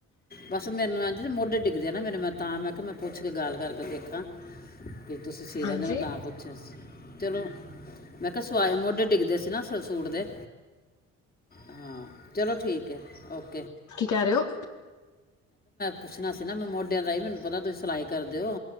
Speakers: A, on the left (about 30°); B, on the left (about 75°).
A: ਬਸ ਮੈਨੂੰ ਇੰਜ ਮੋਢੇ ਡਿੱਗੇ ਨਾ ਮੇਰੇ ਮੈਂ ਤਾਂ ਮੈਂ ਕਿਹਾ, ਮੈਂ ਪੁੱਛ ਕੇ ਗੱਲ ਕਰਕੇ ਤਾਂ ਦੇਖਾਂ ਫੇਰ ਤੁਸੀਂ ਸੀ
B: ਹਾਂਜੀ।
A: ਲੈਂਦੇ, ਮੈਂ ਤਾਂ ਪੁੱਛਿਆ ਸੀ। ਚਲੋ, ਮੈਂ ਕਿਹਾ ਸਵਾਏ ਮੁੋਢੇ ਡਿੱਗ ਦੱਸਣਾ ਸੀ ਸੂਟ ਦੇ ਹਾਂ ਚਲੋ ਠੀਕ ਹੈ। ਓਕੇ
B: ਕੀ ਕਹਿ ਰਹੇ ਓ।
A: ਕੁਛ ਨਾ <unintelligible> ਨਾ ਮੋਢਿਆਂ ਦਾ ਹੀ ਮੈਨੂੰ ਪਤਾ ਸੀ ਸਿਲਾਈ ਕਰਦੇ ਹੋ।